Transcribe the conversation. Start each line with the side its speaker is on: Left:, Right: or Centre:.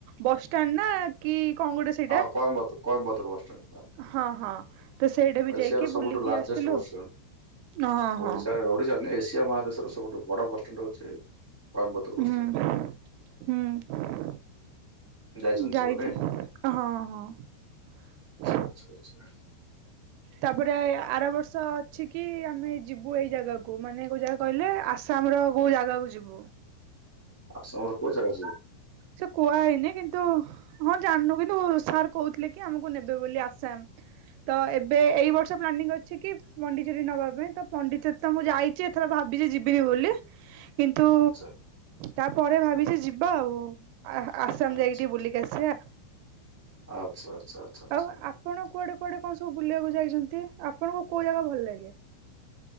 Right: ବସଷ୍ଟାଣ୍ଡ ନା। ନା କି କଣ ଗୋଟେ ସେଇଟା
Centre: ହଁ କଏମ୍ବତ କଏମ୍ବତ ବସଷ୍ଟାଣ୍ଡ୍
Right: ହଁ ହଁ ତ ସେଇଟା ବି
Centre: ଏସିଆର
Right: ଯାଇକି
Centre: ସବୁଠୁ
Right: ବୁଲିକି
Centre: ଲାର୍ଜେଷ୍ଟ
Right: ଆସିଥିଲୁ
Centre: ବସଷ୍ଟାଣ୍ଡ୍
Right: ହଁ ହଁ
Centre: ଓଡ଼ିଶାର ଓଡ଼ିଶାର ନାଇ ଏସିଆ ଏସିଆ ମହାଦେଶର ସବୁଠୁ ବଡ଼ ବସଷ୍ଟାଣ୍ଡ୍ ହଉଛି କୋଏମ୍ବତୁର ବସଷ୍ଟାଣ୍ଡ।
Right: ହୁଁ ହୁଁ।
Centre: ଯାଇଛନ୍ତି
Right: ଯାଇଛି
Centre: ସବୁ ନାଇଁ
Right: ହଁ ହଁ।
Centre: ଆଚ୍ଛା ଆଚ୍ଛା ଆଚ୍ଛା।
Right: ତାପରେ ଆର ବର୍ଷ ଅଛି କି ଆମେ ଯିବୁ ଏଇ ଜାଗାକୁ ମାନେ କୋଉ ଜାଗା କହିଲେ ଆସାମ ର କୋଉ ଜାଗାକୁ ଯିବୁ?
Centre: ଆସାମର କୋଉ ଜାଗା ଯିବ?
Right: ସେ କୁହା ହେଇନି କିନ୍ତୁ ହଁ ଜାଣିନୁ କିନ୍ତୁ ସାର୍ କହୁଥିଲେ କି ଆମକୁ ନେବେ ବୋଲି ଆସାମ୍? ତ ଏବେ ଏଇ ବର୍ଷ ପ୍ଲାନିଂ ଅଛି କି ପଣ୍ଡି ପଣ୍ଡିଚେରୀ ନବା ପାଇଁ ତ ପଣ୍ଡିଚେରୀ ତ ମୁଁ ଯାଇଛି ଏଥର ଭାବିଛି ଯିବିନି ବୋଲି କିନ୍ତୁ
Centre: ଆଚ୍ଛା
Right: ତାପରେ ଭାବିଛି ଯିବା ଆଉ। ଆ ଆସାମ
Centre: ଆଚ୍ଛା
Right: ଯାଇକି ଟିକେ ବୁଲିକି ଆସିବା।
Centre: ଆଚ୍ଛା ଆଚ୍ଛା ଆଚ୍ଛା ଆଚ୍ଛା।
Right: ଆଉ ଆପଣ କୁଆଡ଼େ ଆପଣ କଣ ସବୁ ବୁଲିବାକୁ ଯାଇଛନ୍ତି ଆପଣଙ୍କୁ କୋଉ ଜାଗା ଭଲ ଲାଗେ?